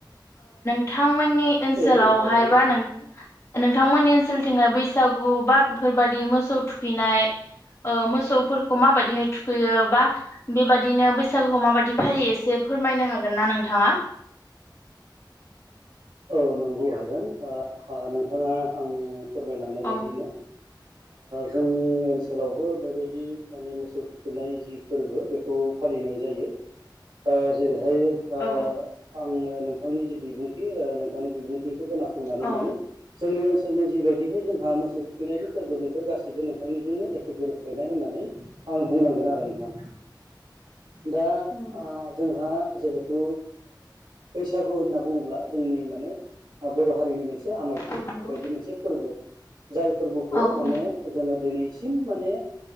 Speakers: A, on the left; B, on the right.
A: नोंथांमोननि ओनसोलावहाय
B: औ औ थारैनो
A: बा नों नोंथांमोननि ओनसोलथिं बैसागु बा बेफोरबादि मोसौ थुखै नाय मोसौ फोरखौ माबाददिहाय थुखैयो बा बेबाददिनो बैसागोखौ माबादि फालि एसे फोरमायनो हागोन ना? नोंथाङा।
B: <inaudible> औ नंगौ हागोन नोंथाङा आंनि फोरमायलांनाय
A: औ
B: बायदिनो जोंनि ओनसोलावबो बेबायदि माने मोसौ थुखोननाय जि फोरबो बेखौ फालिनाय जायो। जेरै आङो
A: औ
B: नोंथांनि जि बिबुंथि नोंथांनि बिबुंथि खोनासंनानै माने
A: औ
B: जोंनि ओनसोल ओनसोलनि जिबायदिहै जोंहा मोसौ थुखैनायनि फोरबो बेफोर गासैबो नोंथांनिजोंनो एखे गोरोबफ्लेनाय होननानै आं बुंनांगोन आरो नोंथां दा ओ
A: औ।
B: जोंहा जिहेथु बैसागु होनना बुङोब्ला जोंनि माने बर' हारिनि मोनसे आमायथु
A: औ नंगौ
B: बायदि मोनसे फोरबो जाय फोरबोखौ
A: औ
B: माने
A: औ
B: जोङो दिनैसिम माने